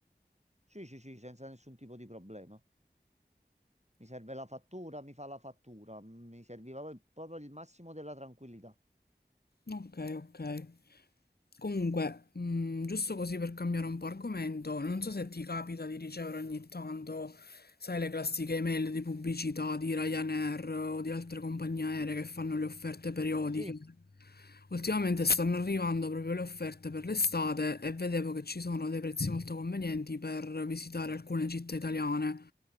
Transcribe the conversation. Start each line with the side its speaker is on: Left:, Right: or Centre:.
Right: Sì, sì, sì, senza nessun tipo di problema. Mi serve la fattura, mi fa la fattura. Mi serviva poi- proprio il massimo della tranquillità.
Left: Ok, ok. Comunque, mh, giusto così per cambiare un po' argomento, non so se ti capita di ricevere ogni tanto, sai, le classiche email di pubblicità di Ryanair o di altre compagnie aeree che fanno le offerte periodiche.
Right: Sì,
Left: Ultimamente stanno arrivando proprio le offerte per l'estate e vedevo che ci sono dei prezzi molto convenienti per visitare alcune città italiane.